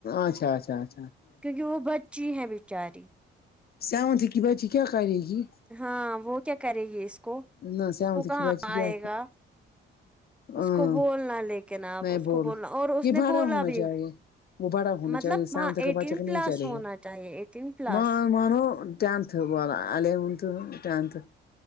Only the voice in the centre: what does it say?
کیونکہ وہ بچی ہے بیچاری
ہاں وہ کیا کرے گی اس کو
اس کو کہاں
آئے
گا
اس کو بولنا لے گا کیا نام آپ
اس
کو بولنا اور اس
نے
بولا
بھی
مطلب
ہاں ایٹین
پلس
ہونا
چاہیے ایٹین پلس